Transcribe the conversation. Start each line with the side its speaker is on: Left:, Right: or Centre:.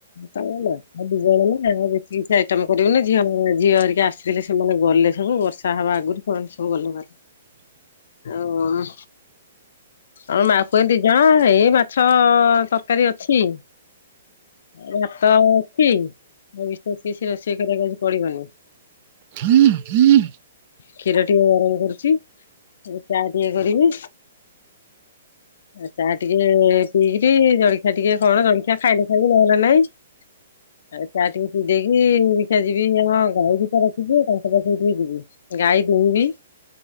Left: ହଁ ଆଉ ଦୁଇ ଜଣ ନା ଆଉ ବେଶୀ କିଛି ଆଇଟମ କରିବୁନି ଝିଅ ଝିଅ ହରିକା ଆସିଥିଲେ ସେମାନେ ଗଲେ ସବୁ ବର୍ଷେ ତା ହବା ଆଗରୁ ପହଞ୍ଚି ସବୁ ଗଲେ ଭାରି।
Right: <inaudible>
Left: ଆ ହଉ ଆଉ ମା ପୁଅ ଦି ଜଣ ଏଇ ମାଛ ତରକାରୀ ଅଛି। ଭାତ ଅଛି ଏ ବିଶେଷ କିଛି ରୋଷେଇ କରିବାକୁ ଆଜି ପଡିବନି।
Right: ହୁଁ ହୁଁ।
Left: କ୍ଷୀର ଟିକେ ଗରମ କରୁଚି ଏବେ ଚା ଟିକେ କରିବି। ଆଉ ଚା ଟିକେ ପିଇକିରି ଜଳଖିଆ ଟିକେ କଣ ଜଳଖିଆ ଖାଇଲେ ଭଲ ନହେଲା ନାଇଁ। ଆ ଚା ଟିକେ ପିଇ ଦେଇକି ଯିବି ଦେଖିଆ ଯିବି ଆମ ଗାଈ ଦିଟା ରଖିଚି ତାଙ୍କ ପାଖକୁ ଟିକେ ଯିବି। ଗାଈ ଦୁଇଁବି।